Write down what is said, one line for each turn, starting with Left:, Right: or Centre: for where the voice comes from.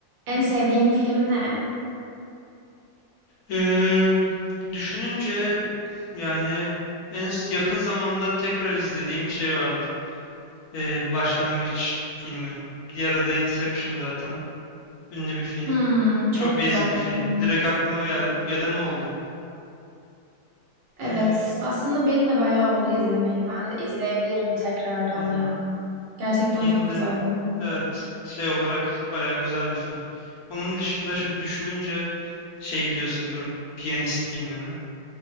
Right: En sevdiğin film ne?
Left: Ee, düşününce yani en s- yakın zamanda tekrar izlediğim şey vardı. Ee, Başlangıç filmi. Diğer adı Inception zaten. Ünlü bir film.
Right: Hmm, çok
Left: Çok basic
Right: güzel
Left: bir film.
Right: bir film evet.
Left: Direkt aklıma gel gelen o oldu.
Right: Evet,
Left: Ee,
Right: aslında benim de bayağı oldu izlemeli. Ben de izleyebilirim tekrardan
Left: yani
Right: ya. Gerçekten
Left: yeniden
Right: çok güzel bir film.
Left: evet şey olarak bayağı güzel bir film. Onun dışında şöyle düşününce şey biliyorsundur. Piyanist filmini.